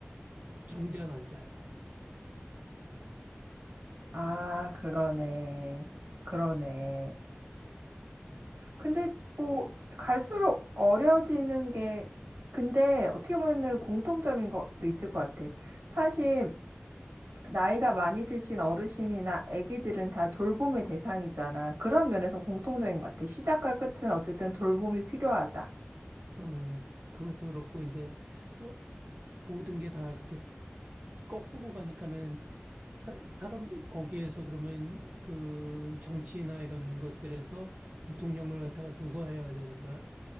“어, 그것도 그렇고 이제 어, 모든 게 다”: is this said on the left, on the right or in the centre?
Right